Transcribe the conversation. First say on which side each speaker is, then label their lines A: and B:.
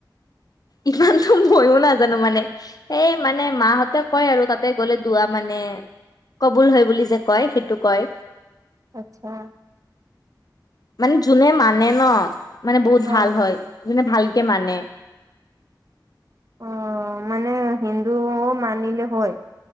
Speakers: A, on the left; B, on the right.
A: ইমানতো ময়ো নাজানো মানে। এই মানে মাহঁতে কয় আৰু তাতে গ'লে দুৱা মানে কবুল হয় বুলি যে কয় সেইটো কয়।
B: আচ্ছা।
A: মানে যোনে মানে ন, মানে বহুত
B: অ',
A: ভাল হয়। যোনে ভালকে মানে।
B: অ মানে হিন্দুও মানিলে হয়।